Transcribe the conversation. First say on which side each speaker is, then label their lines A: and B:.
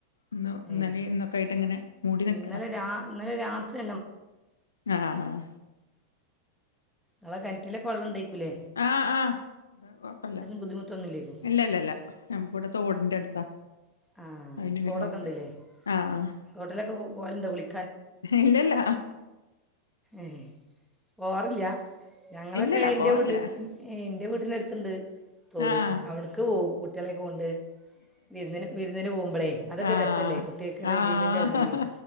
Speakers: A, on the left; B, in the centre.
A: ഇന്ന്
B: ഏ
A: ഇന്നലിം ഇന്നൊക്കെ ആയിട്ട് ഇങ്ങനെ മൂടി നിക്കലാ.
B: ഇന്നലെ രാ ഇന്നലെ രാത്രി
A: ആഹ് ആഹ്
B: ഇങ്ങളെ കെണ്റ്റിലൊക്കെ വെള്ളം ഇണ്ടേക്കുല്ലേ?
A: ആഹ് ആഹ് കൊഴപ്പല്ല.
B: ബുദ്ധിമുട്ടൊന്നുമില്ലേക്കും
A: ഇല്ല ഇല്ല ഇല്ല നമ്മക്ക് ഇവടെ തോടിന്റെ അട്ത്താ.
B: ആ
A: അയിന്
B: തോടൊക്കെ
A: വല്ല്യ കൊഴപ്പ
B: ഉണ്ടല്ലേ
A: ആഹ് ആഹ്
B: തോട്ടിലൊക്കെ പോവ പോവലുണ്ടോ? കുളി
A: ഇല്ലല്ല.
B: ഏഹേ പോവാറില്ല്യ? ഞങ്ങളൊക്കെ
A: ഇല്ലല്ല
B: എന്റെ
A: പോവാറില്ല
B: വീട്ടില് ഏഹേ എന്റെ വീട്ടിനടുത്ത്ണ്ട്. തോട്
A: ആഹ്
B: അവിട്ക്ക് പോവും കുട്ടിയളെക്കെ കൊണ്ട്. വിരുന്നിന് വിരുന്നിന് പോകുമ്പളേ. അതൊക്കെ
A: ആഹ്
B: രസല്ലേ? കുട്ടിയേക്കൊരു
A: ആഹ്
B: എൻജോയ്മെന്റ് ആകും ചെയ്യും.